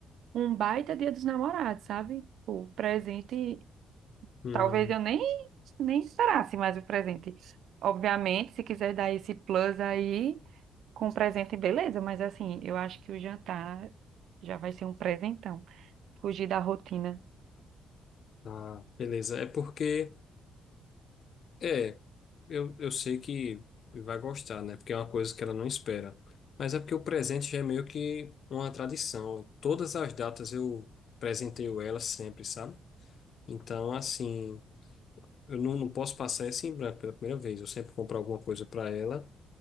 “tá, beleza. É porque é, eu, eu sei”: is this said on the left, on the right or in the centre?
Left